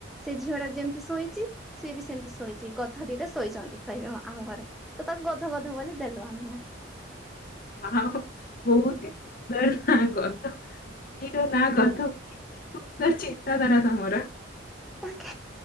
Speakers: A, in the centre; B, on the left (about 45°).
A: ସେ ଝିଅ ଟା ଯେମିତି ଶୋଇଛି ସିଏ ସେମିତି ଶୋଇଛି ଗଧ ଦିଟା ଶୋଇଛନ୍ତି କହିବେ ଆ ଆମ ଘରେ ତ ତାକୁ ଗଧ ଗଧ ବୋଲି ଦେଲୁ ଆମେ ନା।
B: ବା ବହୁତ ହି ସୁନ୍ଦର। ନା ଗଧ ବିଲେଇର ନା ଗଧ କେତେ ସୁନ୍ଦର ଚିନ୍ତାଧାରା ତମର।
A: ତାଙ୍କେ